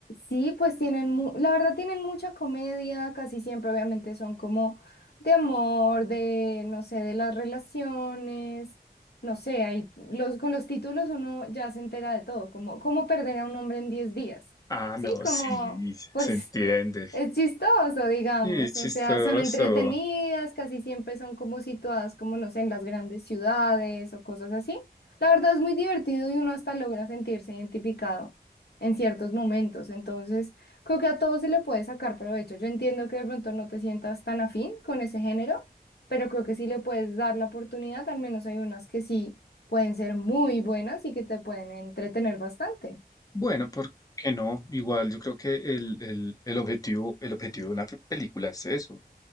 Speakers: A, on the left (about 80°); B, on the left (about 20°).
A: sí, pues tienen, mu- la verdad tienen mucha comedia, casi siempre obviamente son como de amor, de, no sé, de las relaciones, no sé, hay, los, con los títulos uno ya se entera de todo, como cómo perder a un hombre en 10 días,
B: Ah,
A: ¿sí?
B: no,
A: Como,
B: sí,
A: pues
B: se entiende. Sí,
A: es chistoso, digamos,
B: es chistoso.
A: o sea, son entretenidas, casi siempre son como situadas, como no sé, en las grandes ciudades o cosas así. La verdad es muy divertido y uno hasta logra sentirse identificado en ciertos momentos, entonces creo que a todos se le puede sacar provecho. Yo entiendo que de pronto no te sientas tan afín con ese género, pero creo que sí le puedes dar la oportunidad, al menos hay unas que sí pueden ser muy buenas y que te pueden entretener bastante.
B: Bueno, ¿por qué no? Igual yo creo que el, el- el objetivo, el objetivo de una pe- película es eso,